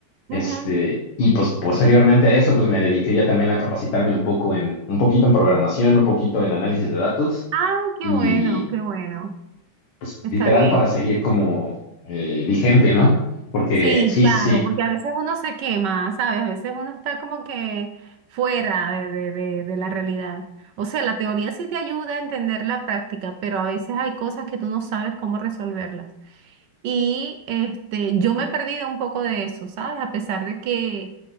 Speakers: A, on the left; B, on the right.
A: Este,
B: Ujú.
A: y pues posteriormente a eso, pues me dediqué ya también a capacitarme un poco en, un poquito en programación, un poquito en análisis de datos
B: Ay, qué
A: y
B: bueno, qué bueno.
A: pues
B: Está
A: literal
B: bien.
A: para seguir como eh, vigente, ¿no? Porque
B: Sí,
A: sí,
B: claro,
A: sí, sí,
B: porque a veces uno se quema, ¿sabes? A veces uno está como que fuera de, de, de, de la realidad. O sea, la teoría sí te ayuda a entender la práctica, pero a veces hay cosas que tú no sabes cómo resolverlas. Y este, yo me he perdido un poco de eso, ¿sabes? A pesar de que,